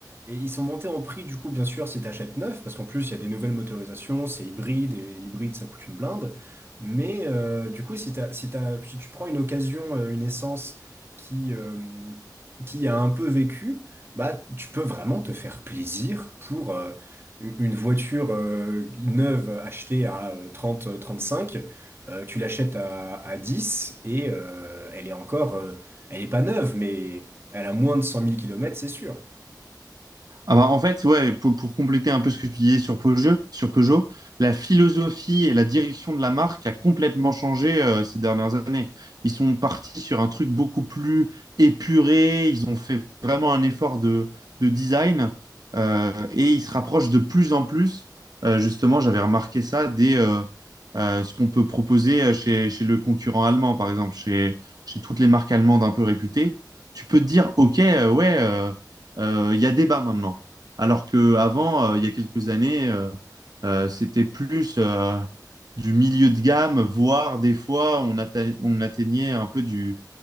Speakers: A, on the right; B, on the right.
A: et ils sont montés en prix, du coup, bien sûr, si t'achètes neuf, parce qu'en plus, il y a des nouvelles motorisations, c'est hybride, et l'hybride, ça coûte une blinde. Mais euh, du coup, si t'as, si t'as, si tu prends une occasion, euh, une essence qui, euh, qui a un peu vécu, bah, tu peux vraiment te faire plaisir pour euh, une une voiture euh, neuve achetée à euh, trente trente-cinq. Euh, tu l'achètes à, à 10 et euh, elle est encore, euh, elle est pas neuve, mais elle a moins de cent mille kilomètres, c'est sûr.
B: Ah bah, en fait, ouais, pour, pour compléter un peu ce que tu disais sur Peugeot, sur Peugeot, la philosophie et la direction de la marque a complètement changé euh, ces dernières années. Ils sont partis sur un truc beaucoup plus épuré, ils ont fait vraiment un effort de, de design euh, et ils se rapprochent de plus en plus. euh, justement, j'avais remarqué ça des euh, euh, ce qu'on peut proposer euh, chez, chez le concurrent allemand, par exemple, chez, chez toutes les marques allemandes un peu réputées. Tu peux te dire, OK, euh, ouais. euh, euh, il y a débat maintenant. Alors qu'avant, il y a quelques années, euh, euh, c'était plus euh, du milieu de gamme, voire des fois, on, atte- on atteignait un peu du,